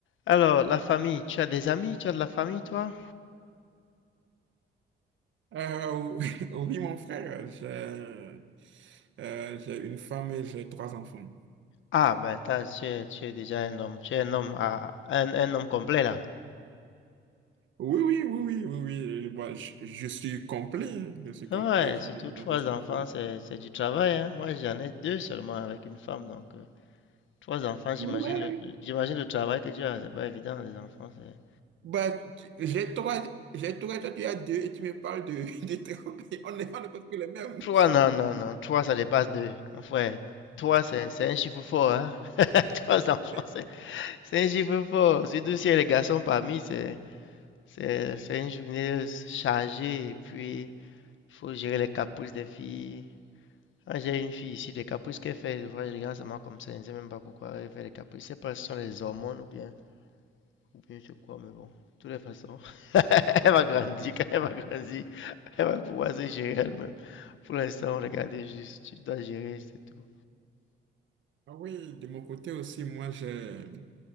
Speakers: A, on the left (about 75°); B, on the right (about 70°).
A: Alors, la famille, tu as des amis, tu as de la famille, toi?
B: Euh, <laughs> oui, mon frère, j'ai euh, j'ai une femme et j'ai trois enfants.
A: Ah, ben, t'as, tu es, tu es déjà un homme, tu es un homme, à, un, un homme complet, là.
B: Oui, oui, oui, oui, oui, oui. Bah, je, je suis complet, hein. je suis complet,
A: Ouais,
B: je
A: surtout
B: je
A: trois
B: tout ce qu'il
A: enfants,
B: faut.
A: c'est, c'est du travail, hein. Moi, j'en ai deux seulement avec une femme, donc, euh, trois enfants, j'imagine
B: Ouais.
A: le, le- j'imagine le travail que tu as, c'est pas évident, les enfants, c'est...
B: Bah, tu- j'ai trois, j'ai trois, toi tu as deux et tu me parles de, <laughs> de trois. On est, on est presque les mêmes.
A: Trois, non, non, non, trois, ça dépasse deux, mon frère. Trois, c'est, c'est un chiffre fort, hein. <laughs> Trois enfants,
B: <laughs>
A: c'est, c'est un chiffre fort. Surtout s'il y a les garçons parmi, c'est, c'est, c'est une journée chargée, et puis... faut gérer les caprices des filles. Ah, j'ai une fille ici, les caprices qu'elle fait, des fois je regarde seulement comme ça, je ne sais même pas pourquoi elle fait les caprices. Je sais pas si ce sont les hormones ou bien, ou bien je sais quoi, mais bon. De toutes les façons, <laughs> elle va grandir, quand elle va grandir, elle va pouvoir se gérer elle-même. Pour l'instant, regardez juste, tu dois gérer, c'est tout.
B: Ah oui, de mon côté aussi, moi j'ai